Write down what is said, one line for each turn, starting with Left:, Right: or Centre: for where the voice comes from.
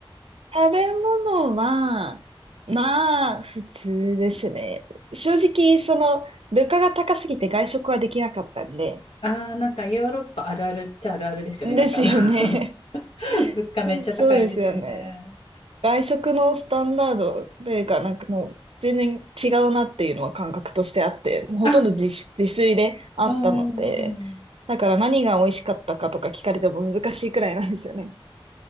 Right: 食べ物は、まあ、普通ですね。正直、その、物価が高すぎて外食はできなかったんで、
Left: あー、なんかヨーロッパあるあるっちゃあるあるですよね。
Right: <laughs>
Left: なんかあの
Right: ですよね。
Left: <laughs>
Right: <laughs>
Left: 物価めっちゃ高いんですよね。
Right: そうですよね。外食のスタンダードというか、なんかもう全然違うなっていうのは感覚としてあって、もうほとんど自、
Left: あ、
Right: 自炊であったので、
Left: うんうんうん。
Right: だから何が美味しかったかとか聞かれても難しいくらいなんですよね。